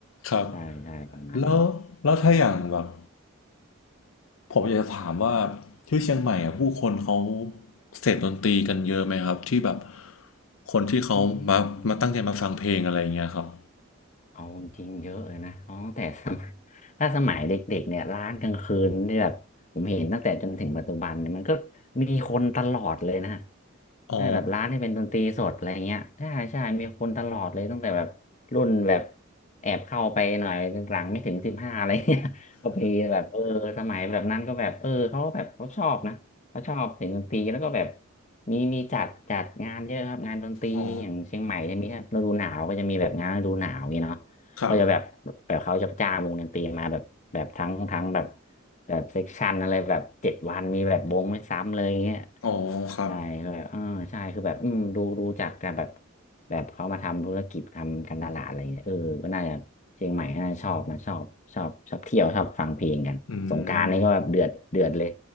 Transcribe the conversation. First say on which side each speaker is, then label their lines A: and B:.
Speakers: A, on the left (about 80°); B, on the left (about 35°).
A: ครับ
B: ใช่ใช่ประมาณนี้
A: แล้วแล้วถ้าอย่างแบบ ผมอยากจะถามว่าที่เชียงใหม่อ่ะผู้คนเขาเสพดนตรีกันเยอะไหมครับที่แบบคนที่เขามามาตั้งใจมาฟังเพลงอะไรอย่างเงี้ยครับ
B: อืม เอาจริงๆเยอะเลยนะอ๋อแต่สมัย <laughs> ถ้าสมัยเด็กๆเนี่ยร้านกลางคืนเนี่ยแบบผมเห็นตั้งแต่จนถึงปัจจุบันเนี่ยมันก็มีคนตลอดเลยนะ
A: อ๋อ
B: ใช่แบบร้านที่เป็นดนตรีสดอะไรเงี้ยใช่ใช่มีคนตลอดเลยตั้งแต่แบบรุ่นแบบแอบเข้าไปหน่อยหลังไม่ถึงสิบห้าอะไรเงี้ย <laughs> ก็มีแบบเออสมัยแบบนั้นก็แบบเออเขาก็แบบเขาชอบนะเขาชอบเสียงดนตรีแล้วก็แบบมีมีจัดจัดงานเยอะครับงานดนตรีอย่างเชียงใหม่จะมีถ้าฤดูหนาวก็จะมีแบบงานฤดูหนาวอย่างงี้เนาะ
A: อ๋อครับ
B: ก็จะแบบแบบเขาจะจ้างวงดนตรีมาแบบแบบทั้งทั้งแบบแบบเซกชันอะไรแบบเจ็ดวันมีแบบวงไม่ซ้ำเลยอย่างเงี้ย
A: อ๋อครับ
B: ใช่ก็แบบเออใช่คือแบบอืมดูดูจากการแบบแบบเขามาทำธุรกิจทำการตลาดอะไรเงี้ยเออก็น่าจะเชียงใหม่น่าจะชอบนะชอบชอบชอบเที่ยวชอบฟังเพลงกันสงกรานต์นี่ก็แบบเดือดเดือดเลย
A: อืม